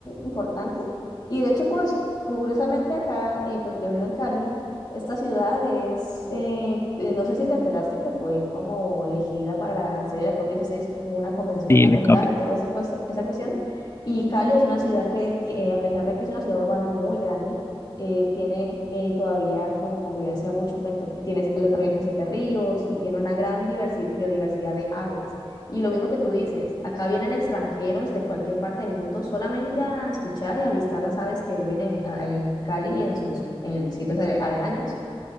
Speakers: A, on the left; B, on the left.
A: importante. Y de hecho, pues curiosamente acá, eh, pues yo vivo en Cali, esta ciudad es, eh, eh, no sé si te enteraste que fue como elegida para la sede de la COP16, que es como una convención
B: Sí,
A: ambiental
B: la capa.
A: y toda esa, cuesta- esa cuestión. Y Cali es una ciudad que, ti- eh, a pesar de que es una ciudad urbana muy grande, eh, tiene eh, todavía como convivencia mucho, cuento- tienes, la atraviesan siete ríos y tiene una gran diversi- biodiversidad de aves. Y lo mismo que tú dices, acá vienen extranjeros de cualquier parte del mundo solamente a escuchar y avistar las aves que viven en, a- en Cali y en sus en el- sitios ale- aledaños.